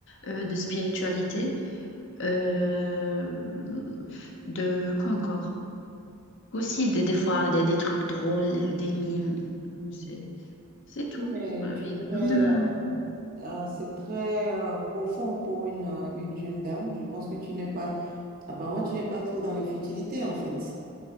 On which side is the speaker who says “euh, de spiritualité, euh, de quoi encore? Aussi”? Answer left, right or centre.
Left